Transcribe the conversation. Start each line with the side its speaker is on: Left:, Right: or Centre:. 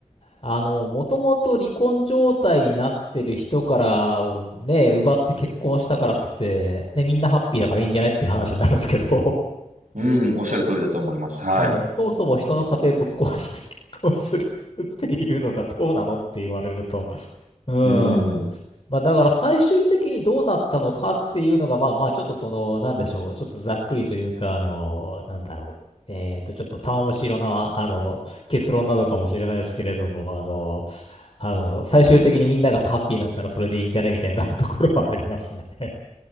Left: あの、もともと離婚状態になってる人から、ね、奪って結婚したからっつって、ね、みんなハッピーだからいいんじゃねっていう話になるんですけど、
Right: い。うん、おっしゃる通りだと思います。
Left: <laughs>
Right: はい。
Left: うん、そもそも人の家庭ぶっ壊して結婚するっていうのがどうなのって言われると、うん。
Right: うん。い
Left: まあ、だから最終的にどうなったのかっていうのが、まあまあ、ちょっとその、なんでしょう。ちょっとざっくりというか、あの、なんだろう。えっと、ちょっと玉虫色な、あの、結論なのかもしれないですけれども、あの、あの、最終的にみんながハッピーになったらそれでいいんじゃねみたいな <laughs> ところはありますね。